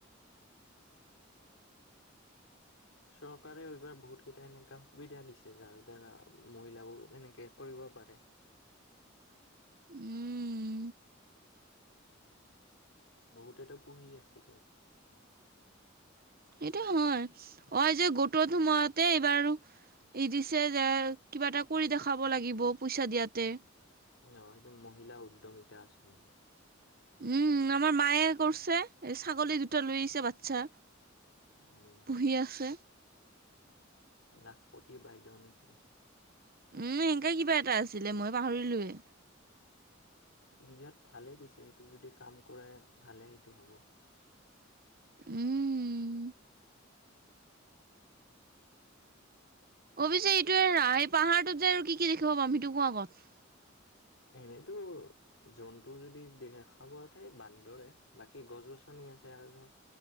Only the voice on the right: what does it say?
উম।
এইটো হয়, হয় যে গোটৰ সময়তে এইবাৰ ই দিছে যে কিবা এটা কৰি দেখাব লাগিব পইচা দিয়াতে
উম আমাৰ মায়ে কৰিছে ছাগলী দুটা লৈ আহিছে বাচ্ছা।
পুহি আছে।
উম এনেকে কিবা এটা আছিলে মই পাহৰিলোৱে।
উম অৱশ্যে ইটোৱে এই পাহাৰটোত যাই আৰু কি কি দেখিব পাম সিটো কোৱা আগত।